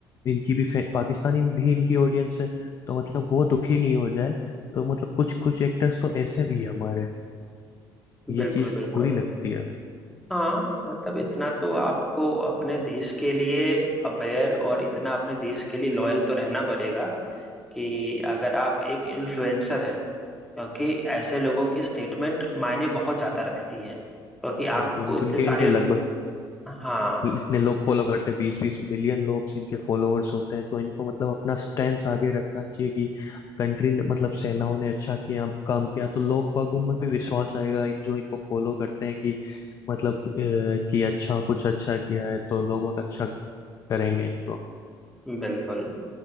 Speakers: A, on the left; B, in the centre.
A: इनकी भी फे- पाकिस्तानी भी इनकी ऑडियंस है तो मतलब वो दुखी नहीं हो जाए तो मतलब कुछ कुछ एक्टर्स तो ऐसे भी है हमारे ये
B: बिल्कुल
A: चीज
B: बिल्कुल
A: बुरी लगती है
B: हाँ मतलब इतना तो आपको अपने देश के लिए अवेयर और इतना अपने देश के लिए लॉयल तो रहना पड़ेगा कि अगर आप एक इन्फ्लुएंसर हैं क्योंकि ऐसे लोगों की स्टेटमेंट मायने बहुत ज्यादा रखती हैं क्योंकि
A: बिल्कुल
B: आपको
A: बिल्कुल
B: इतने
A: इनके
B: सारे
A: इनके लगभग
B: हाँ
A: इतने लोग फॉलो करते हैं बीस बीस मिलियन लोग इनके फॉलोअर्स होते हैं तो इनको मतलब अपना स्टैंड आगे रखना चाहिए कि कंट्री ने मतलब सेनाओं ने अच्छा किया काम किया तो लोग बागों में भी विश्वास आएगा इन जो इनको फॉलो करते हैं कि मतलब अ, कि अच्छा कुछ अच्छा किया है तो लोग बाग अच्छा करेंगे इनको
B: बिल्कुल